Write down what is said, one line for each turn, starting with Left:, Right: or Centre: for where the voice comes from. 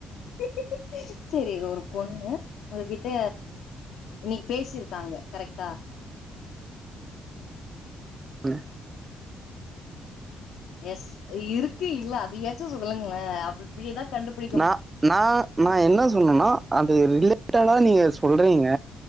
Left: <unintelligible> செரி ஒரு பொண்ணு உங்ககிட்ட இன்னைக்கு பேசிருக்காங்க கரெக்டா
Right: ம்
Left: எஸ் இருக்கு இல்ல அதயாச்சு சொல்லுங்களே அப்ப இப்டியேதா கண்டுபி
Right: நா நா நா என்ன சொன்னனா அது ரிலேட்டடா நீங்க சொல்றீங்க